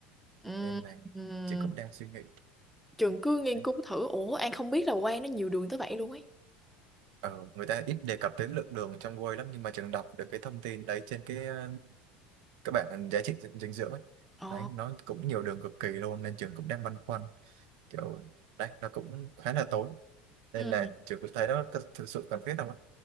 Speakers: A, in the centre; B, on the right (about 75°).
A: ừm,
B: nên là
A: ừm,
B: trường cũng đang suy nghĩ
A: trường cứ nghiên
B: đấy
A: cứu thử ủa An không biết là Quang nó nhiều đường tới vậy luôn ấy
B: Ờ, người ta ít đề cập tới lượng đường trong whey lắm nhưng mà trường đọc được cái thông tin đấy trên cái ờ, các bạn giá trị dinh dinh dưỡng ấy
A: Ồ.
B: đấy nó cũng nhiều đường cực kỳ luôn nên trường cũng đang băn khoăn kiểu đấy nó cũng khá là tốn
A: ừ.
B: nên là trường cũng thấy nó có thực sự cần thiết không ạ